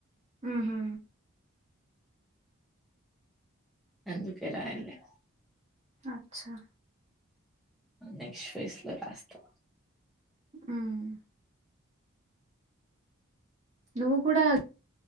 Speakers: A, on the right; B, in the centre.
A: ఊహూ
B: అందుకే రాయలే
A: అచ్చా
B: నెక్స్ట్ ఫేస్ లో రాస్తాం
A: ఉమ్ నువ్వు కూడా